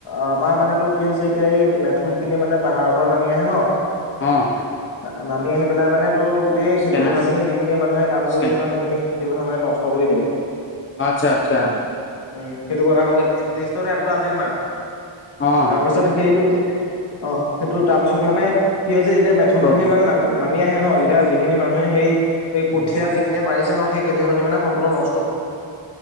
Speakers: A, on the left; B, on the left.
A: আমাৰ মানেটো কি হৈছে এতিয়া এই মেথোন খিনি মানে পাহাৰৰ পৰা নামি আহে ন
B: অ'।
A: নামি আহি পেলাই মানে তোৰ গোটেই
B: স্কেনাৰ
A: খেতিপথাৰখিনি যিখিনি মানুহে কাম
B: স্কেনাৰ
A: কৰিছে ন সেইখিনিক খেতিপথাৰ মানুহে নষ্ট কৰি দিয়ে।
B: আচ্ছা আচ্ছা
A: উম সেইটো কথা প্লেষ্টৰত আপডেট মাৰা,
B: অ',
A: তাৰ পিছত সেইটো অ সেইটো তাৰপিছত মানে কি হৈছে যেতিয়া মেথোন খিনি
B: ন
A: মানে নাম নামি আহে ন <unintelligible> এতিয়া যিখিনি মানুহে হেৰি এই কঠীয়া যিখিনি পাৰিছে ন সেই কঠীয়া খিনি মানে সম্পূৰ্ন ন